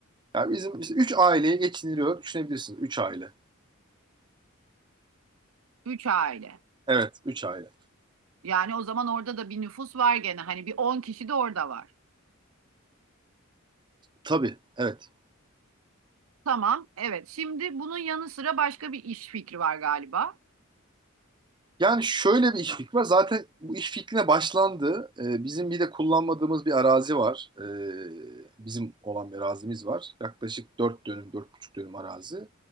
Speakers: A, on the right (about 20°); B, on the right (about 85°).
A: Yani bizim işte 3 aileye geçiniliyor düşünebilirsiniz. üç aile.
B: Üç aile.
A: Evet 3 aile.
B: Yani o zaman orada da bir nüfus var gene. Hani bir on kişi de orada var.
A: Tabii evet.
B: Tamam, evet. Şimdi bunun yanı sıra başka bir iş fikri var galiba.
A: Yani şöyle bir iş fikri var. Zaten bu iş fikrine başlandı. Ee, bizim bir de kullanmadığımız bir arazi var. Ee, bizim olan bir arazimiz var. Yaklaşık 4 dönüm, dört buçuk dönüm arazi.